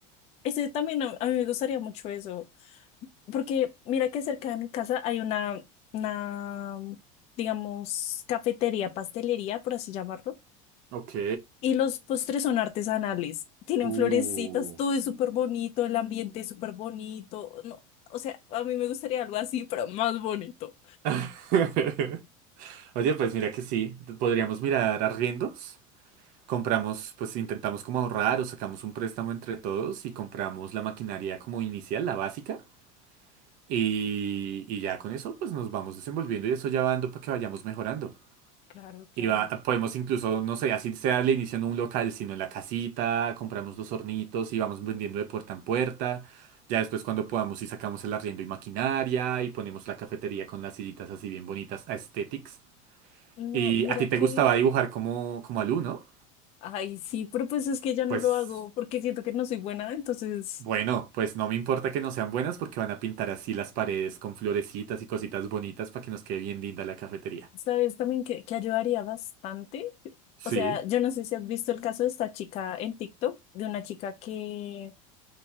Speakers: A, on the left; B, on the right.
A: ese también a, a mí me gustaría mucho eso, porque mira que cerca de mi casa hay una, una, digamos, cafetería, pastelería, por así llamarlo.
B: Ok.
A: Y los postres son artesanales, tienen
B: Uh.
A: florecitas, todo es súper bonito, el ambiente es súper bonito. No, o sea, a mí me gustaría algo así, pero más bonito.
B: <laughs> Oye, pues mira que sí, podríamos mirar arriendos. Compramos, pues intentamos como ahorrar o sacamos un préstamo entre todos y compramos la maquinaria como inicial, la básica. Y, y ya con eso, pues nos vamos desenvolviendo y eso ya va dando para que vayamos mejorando.
A: Claro, claro.
B: Y va- podemos incluso, no sé, así sea al inicio en un local, sino en la casita, compramos los hornitos y vamos vendiendo de puerta en puerta. Ya después cuando podamos y sacamos el arriendo y maquinaria y ponemos la cafetería con las sillitas así bien bonitas, aesthetics.
A: No,
B: Y
A: mira
B: a ti te
A: que,
B: gustaba dibujar como, como Alu, ¿no?
A: ay, sí, pero pues es que ya no
B: Pues
A: lo hago porque siento que no soy buena, entonces
B: bueno, pues no me importa que no sean buenas porque van a pintar así las paredes con florecitas y cositas bonitas para que nos quede bien linda la cafetería.
A: ¿Sabes también que, que ayudaría bastante?
B: Sí.
A: O sea, yo no sé si has visto el caso de esta chica en TikTok, de una chica que